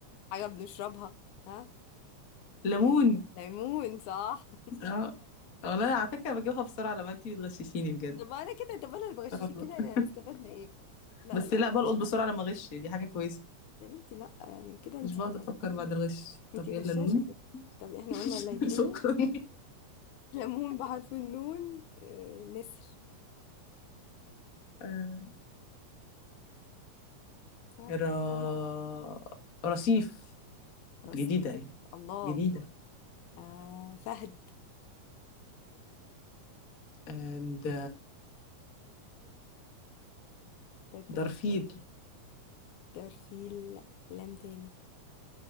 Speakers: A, on the left; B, on the left.
A: حاجة بنشربها ها
B: ليمون
A: ليمون صح
B: اه والله على فكرة بجيبها بسرعة لما انتي بتغششيني
A: <laughs>
B: بجد
A: طب انا كده طب انا اللي بغششك
B: آه.
A: كده
B: <laughs>
A: انا استفدنا ايه لا
B: بس
A: لا
B: لا
A: لا
B: بلقط بسرعة لما اغش دي حاجة كويسة
A: يا بنتي لا يعني كده انتي
B: مش بقعد افكر بعد الغش طب
A: انتي
B: يلا
A: غشاشة
B: نون
A: كده طب احنا
B: <laughs>
A: قلنا ليمون
B: شكرا
A: ليمون بحرف النون آه نسر
B: آه،
A: ها
B: را رصيف
A: رصيف
B: جديدة يعني
A: الله
B: جديدة
A: آه فهد
B: آه، د...
A: ده ده
B: درفيل
A: ده ده في ال- لام تاني